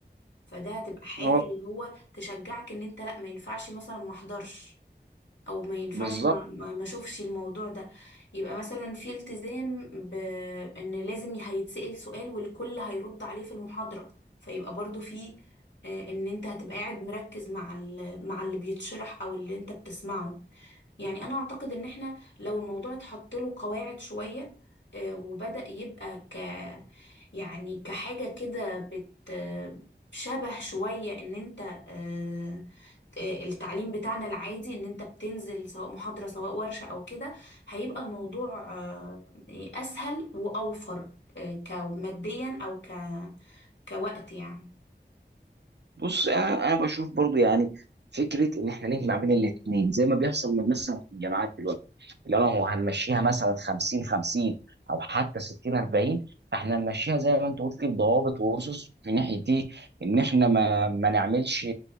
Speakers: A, on the left; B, on the right.
A: فده هتبقى حاجة
B: هو
A: اللي هو تشجعك ان انت لا ما ينفعش مثلا ما احضرش او ما ينفعش
B: بالظبط
A: ما ما ما اشوفش الموضوع ده يبقى مثلا في التزام بان لازم هيتسأل سؤال والكل هيرد عليه في المحاضرة فيبقى برضو في آه، ان انت هتبقى قاعد مركز مع ال- مع اللي بيتشرح او اللي انت بتسمعه يعني انا اعتقد ان احنا لو الموضوع اتحط له قواعد شوية آه، وبدأ يبقى ك يعني كحاجة كده بت شبه شوية ان انت آه، آه، التعليم بتاعنا العادي ان انت بتنزل سواء محاضرة سواء ورشة او كده هيبقى الموضوع آه، اسهل واوفر آه، كماديا او ك... كوقت يعني
B: بص انا انا بشوف برضو يعني فكره ان احنا نجمع بين الاثنين زي ما بيحصل من مثلا في الجامعات دلوقتي لو لو هنمشيها مثلا 50 50 او حتى 60 40 فاحنا نمشيها زي ما انت قلت بضوابط واسس في ناحيه دي ان احنا ما ما نعملش